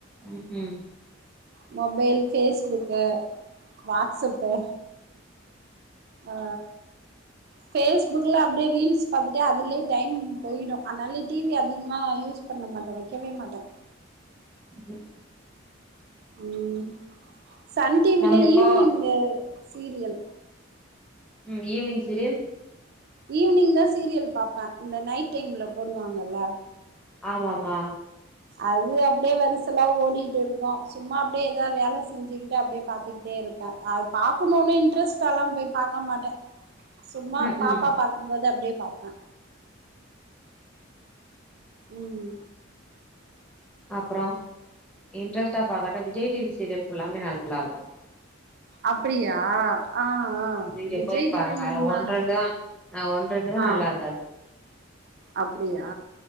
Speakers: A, in the centre; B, on the right.
A: ம் ம்
B: மொபைல் ஃபேஸ்புக்கு வாட்ஸப்பு ஆ ஃபேஸ்புக்ல அப்டியே ரீல்ஸ் பாத்துட்டு அதுலே டைம் பொய்டு அதனால டி வி அதிகமா யூஸ் பண்ண மாட்டே வைக்கவே மாட்டே
A: ம்
B: ம் சன் டி வில
A: நம்ம இப்போ
B: ஈவ்னிங்கு சீரியல்
A: ம் ஈவ்னிங் சீரியல்
B: ஈவ்னிங் தா சீரியல் பாப்ப இந்த நைட் டைம்ல போடுவாங்கல்ல
A: ஆமாமா
B: அது அப்டே வரிசலா ஓடிட்டு இருக்கு சும்மா அப்டே எதா வேல செஞ்சுக்கிட்டு அப்டியே பாத்துக்கிட்டே இருப் பே அது பாக்குணுனு இன்ட்ரெஸ்ட்டெல்லா போய் பாக்கமாட்டே சும்மா
A: ம்
B: பாப்பா
A: ம்
B: பாக் கும் போது அப்டியே பாப்பே ம்
A: அப்றோ இன்ட்ரெஸ்ட்டா பாக்காட்டா விஜய் டி வி சீரியல் ஃபுல்லாமே நல்லாருக்கு
B: அப்டியா ஆ ஆ
A: நீங்க
B: விஜய்
A: போய்
B: டி
A: பாருங்க
B: வி ம்ம
A: அதுல ஒன்னு ரெண்டு தா ஆ ஒன்னு ரெண்டு தா
B: ஆ
A: நல்லா இருக்காது
B: அப்டியா